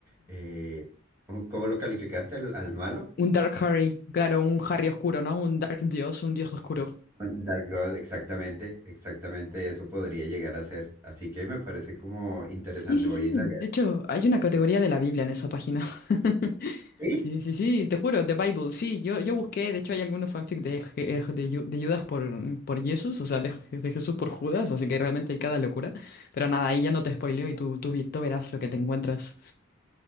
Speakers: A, on the right; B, on the left.
A: eh, un- ¿cómo lo calificaste al, al malo?
B: Un Dark Harry, claro, un Harry oscuro, ¿no? Un Dark Dios, un Dios oscuro.
A: Dark God, exactamente, exactamente, eso podría llegar a ser. Así que me parece como interesante,
B: Sí, sí,
A: voy
B: sí.
A: a indagar.
B: De hecho, hay una categoría de la Biblia en esa página. <laughs>
A: Sí,
B: Sí, sí, sí, te juro, The Bible, sí, yo, yo busqué, de hecho hay algunos fanfic de, Je- eh, de, Yu- de Judas por, por Jesús, o sea, de, Je- de Jesús por Judas,
A: sí,
B: así que realmente hay cada locura. Pero nada, ahí ya no te spoileo y tú, tú, vi- tú verás lo que te encuentras.